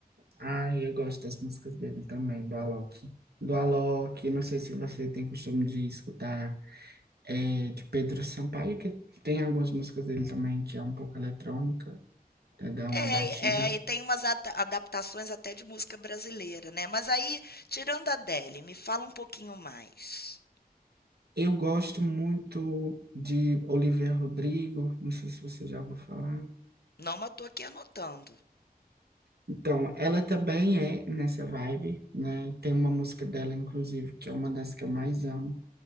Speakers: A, on the right; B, on the left.
A: Ah, eu gosto das músicas dele também, do Alok. Do Alok, não sei se você tem costume de escutar. é, de Pedro Sampaio, que tem algumas músicas dele também, que é um pouco eletrônica, né, dá uma
B: É,
A: batida.
B: é, e tem umas ada- adaptações até de música brasileira, né? Mas aí, tirando a Adele, me fala um pouquinho mais.
A: Eu gosto muito de Olivia Rodrigo, não sei se você já ouviu falar.
B: Não, mas eu tô aqui anotando.
A: Então, ela também é nessa vibe, né? Tem uma música dela, inclusive, que é uma das que eu mais amo,